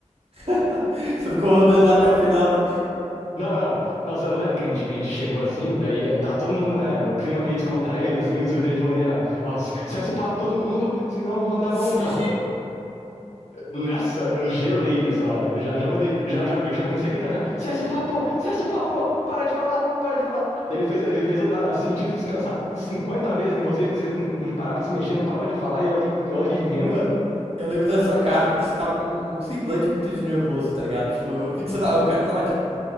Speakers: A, on the right; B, on the left.
A: <laughs> Você ficou rodando lá até o final, né?
B: Não, não, não, você não lembra que a gente, a gente chegou assim, daí tá todo mundo, né, o clima meio descontraído, assim, o subtenente falou, né, ó, cessa o papo todo mundo, senão eu vou mandar
A: Sim.
B: voltar. Nossa, eu gelei nessa hora, eu já, já mandei, já, já, já comecei a gritar já, cessa o papo, cessa o papo, para de falar, para de falar. Daí ele fez, ele fez eu dar sentido de descansar 50 vezes em vocês, que vocês não, não paravam de se mexer, não paravam de falar, e eu ali,
A: <laughs>
B: eu ali vendo,
A: Mano, eu lembro da sua cara, porque você tava com um semblante muito de nervoso, tá ligado? Tipo, eu vi que você tava, o cara tava, tipo,